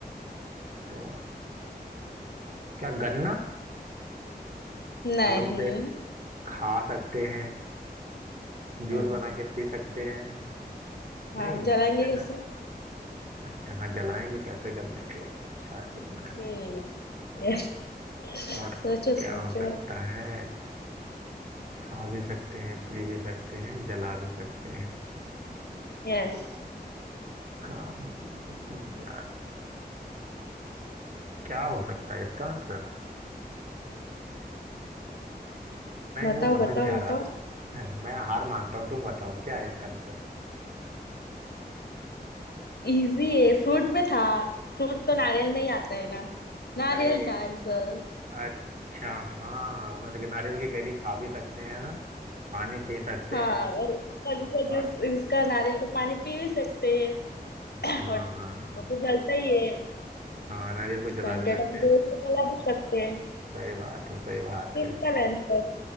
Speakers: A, on the right; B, on the left.
A: का क्या गन्ना
B: नहीं
A: मतलब उसे खा सकते हैं जूस
B: हम्म
A: बना के पी सकते हैं नहीं
B: हाँ जलाएंगे
A: गन्ना
B: कैसे
A: अच्छा हाँ जलाएंगे कैसे गन्ने को अच्छा एक मिनट
B: हम्म यस
A: और
B: सोचो
A: क्या
B: सोचो
A: हो सकता है खा भी सकते हैं पी भी सकते हैं जला भी सकते हैं
B: यस
A: खा भी पी सकते हैं यार क्या हो सकता है इसका आंसर नहीं
B: बताओ
A: मुझे समझ
B: बताओ
A: नहीं आ
B: बताओ
A: रहा <laughs> मैं हार मानता हूँ तुम बताओ क्या है इसका आंसर
B: इजी है फ्रूट में था फ्रूट तो नारियल में ही आता है ना नारियल
A: अरे
B: था आंसर
A: अच्छा हाँ मतलब नारियल की गरी खा भी सकते हैं ना पानी पी सकते
B: हाँ
A: हैं
B: और इसका इसका
A: और
B: जूस इसका नारियल का पानी पी भी सकते हैं
A: हाँ
B: और वो तो जलता ही है
A: हाँ नारियल को जला
B: ठंडे
A: भी सकते
B: ठंडे
A: हैं
B: उसको जला भी सकते हैं
A: सही बात है सही बात
B: Simple
A: है
B: answer